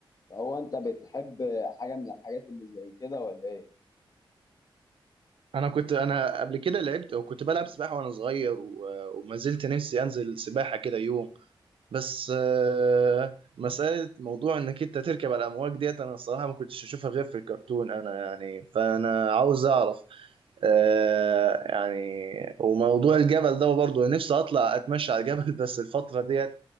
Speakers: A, on the left; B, on the right.
A: فهو انت بتحب حاجة من الحاجات اللي زي كده ولا ايه؟
B: انا كنت انا قبل كده لعبت وكنت بلعب سباحه وانا صغير و- وما زلت نفسي انزل سباحه كده يوم بس آه، مسألة موضوع انك انت تركب على الامواج ديت انا الصراحة ما كنتش اشوفها غير في الكرتون انا يعني فانا عاوز اعرف آه يعني وموضوع الجبل ده برضه نفسي اطلع اتمشى على الجبل <laughs> بس الفترة ديت